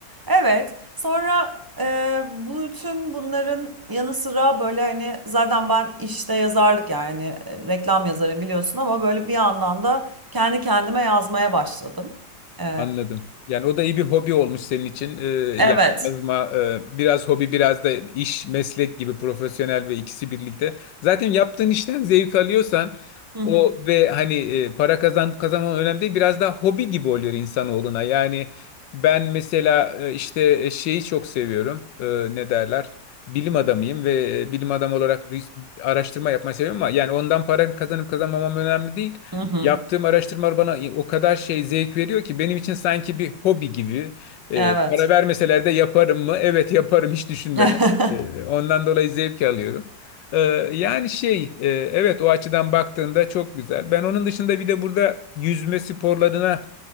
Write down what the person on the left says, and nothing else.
Anladım. Yani o da iyi bir hobi olmuş senin için. Ee,
yani yazma e, biraz hobi biraz da iş meslek gibi profesyonel ve ikisi birlikte. Zaten yaptığın işten zevk alıyorsan
o
ve hani e, para kazan kazanman önemli değil. Biraz daha hobi gibi oluyor insanoğluna. Yani ben mesela e, işte e, şeyi çok seviyorum. E, ne derler? Bilim adamıyım ve e, bilim adamı olarak ris- araştırma yapmayı seviyorum ama yani ondan para kazanıp kazanmamam önemli değil.
Yaptığım araştırmalar bana o kadar şey zevk veriyor ki benim için sanki bir hobi gibi. Ee,
para vermeseler de yaparım mı? Evet yaparım hiç düşünmeden.
Ee, ondan dolayı zevk alıyorum. Ee, yani şey, e, evet o açıdan baktığında çok güzel. Ben onun dışında bir de burada yüzme sporlarına